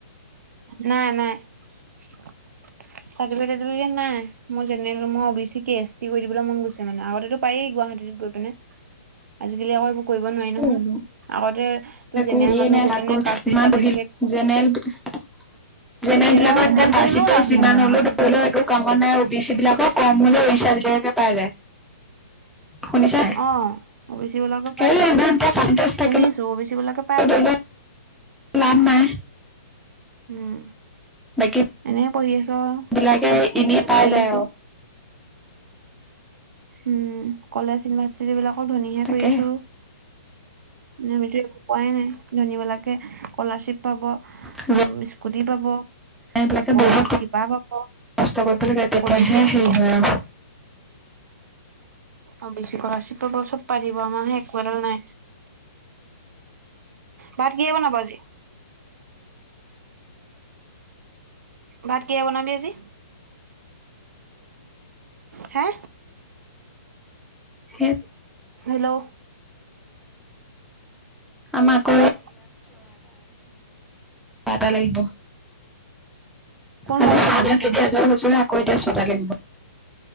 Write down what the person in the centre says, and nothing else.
<unintelligible>
জেনেৰেল
জেনেৰেলবিলাকৰ
এতিয়া
পাৰ্চেণ্টেজ
যিমান
হ'লেও, ধৰি
লওঁ, একো কাম-বন নাই অ'বিচি বিলাকৰ কম হ'লেও ইচ্চা ভিতৰতে পাই যায়। শুনিছা নাই
সেইটোৱে
ইমান এটা পাৰ্চেন্টেজ থাকিলে
ধৰি
লও লাভ নাই।
বাকী
বিলাকে
এনেই
পাই
যায়
আৰু
তাকে
জেনেৰেল
বিলাকে
বহুত
কষ্ট কৰিব লাগে তেতিয়াহে
হেৰি
হয় আৰু
হে
আমাকো
এটা লাগিব
আ
চাল
এতিয়া এজৰ লৈ, আকৌ এতিয়া ছডাল লাগি।